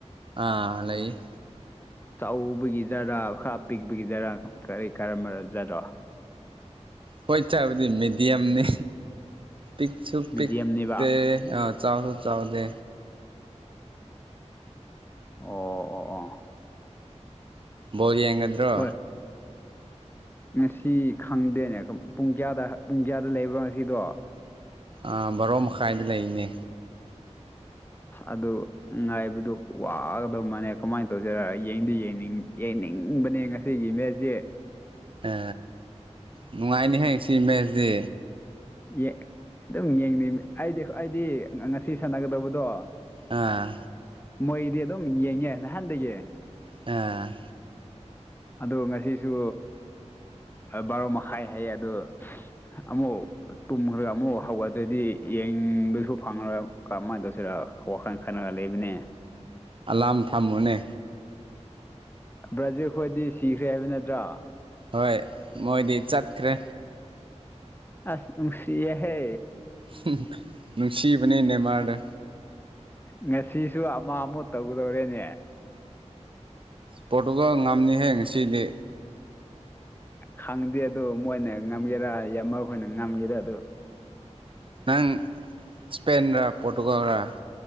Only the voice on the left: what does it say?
ꯆꯧꯕꯒꯤ ꯖꯥꯔꯥ ꯈꯔ ꯄꯤꯛꯄꯒꯤ ꯖꯥꯔꯥ ꯀꯔꯤ ꯀꯔꯝꯕ ꯖꯥꯔꯣ
ꯃꯤꯗꯤꯌꯝꯅꯤꯕ
ꯑꯣ ꯑꯣ ꯑꯣꯥ
ꯍꯣꯏ ꯉꯁꯤ ꯈꯪꯗꯦꯅꯦ ꯄꯨꯡ ꯀꯌꯥꯗ ꯄꯨꯡ ꯀꯌꯥꯗ ꯂꯩꯕ꯭ꯔꯣ ꯉꯁꯤꯗꯣ
ꯑꯗꯨ ꯉꯥꯏꯕꯗꯨ ꯋꯥꯒꯗꯧ ꯃꯥꯟꯅꯦ ꯀꯃꯥꯏꯟ ꯇꯧꯖꯦꯔ ꯑꯩ ꯌꯦꯡꯗꯤ ꯌꯦꯡꯅꯤꯡ ꯌꯦꯡꯅꯤꯡꯕꯅꯦ ꯉ ꯁꯤꯒꯤ ꯃꯦꯖꯤꯛ꯫
ꯌꯦ ꯑꯗꯨꯝ ꯌꯦꯡꯅꯤꯡ ꯍꯥꯢꯗꯤ ꯑꯩꯗꯤ ꯉꯁꯤ ꯁꯥꯟꯅꯒꯗꯧꯕꯗꯣ
ꯃꯣꯏꯗꯤ ꯑꯗꯨꯝ ꯌꯦꯡꯉꯦ ꯅꯍꯥꯟꯗꯒꯤ
ꯑꯗꯣ ꯉꯁꯤꯁꯨ ꯕꯥꯔꯣ ꯃꯈꯥꯏ ꯍꯌꯦ ꯑꯗꯨ ꯑꯃꯨꯛ ꯇꯨꯝꯒ꯭ꯔ ꯑꯃꯨꯛ ꯍꯧꯒꯠꯗ꯭ꯔꯗꯤ ꯌꯦꯡꯕꯁꯨ ꯐꯪꯉꯔ ꯀꯝꯃꯥꯏꯟ ꯇꯧꯁꯤꯔ ꯋꯥꯈꯜ ꯈꯟꯅꯔ ꯂꯩꯕꯅꯦ
ꯕ꯭ꯔꯥꯖꯤꯜ ꯈꯣꯏꯗꯤ ꯁꯤꯈ꯭ꯔꯦ ꯍꯥꯏꯕ ꯅꯠꯇ꯭ꯔꯥ
ꯑꯁ ꯅꯨꯡꯁꯤꯌꯦꯍꯦ
ꯉꯁꯤꯁꯨ ꯑꯃ ꯑꯃꯨꯛ ꯇꯧꯒꯗꯧꯔꯦꯅꯦ
ꯈꯪꯗꯦ ꯑꯗꯨ ꯃꯣꯏꯅ ꯉꯝꯒꯦꯔꯥ ꯌꯥꯝꯃ ꯈꯣꯏꯅ ꯉꯝꯒꯦꯔꯥ ꯑꯗꯨ